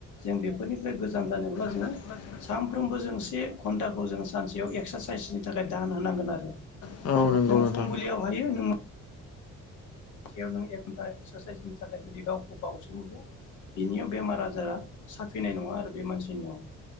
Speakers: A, on the left; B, on the left.
A: जों बेफोरनिफ्राय गो गोजान जानोब्ला
B: <unintelligible>
A: जोङो सानफ्रोमबो जों से घन्टाखौ जों सानसेयाव एक्सारसाइसनि थाखाय दान होनांगोन आरो
B: जानोब्ला जों औ नंगौ
A: नों
B: नोंथां
A: फुंबिलियाव हायो नों खाथियाव नों एक घन्टा एक्सारसाइसनि थाखाय जुदि गावखौ बावसोमोब्ला बिनियाव बेमार आजारा साफिनाय नङा आरो बे मानसिनियाव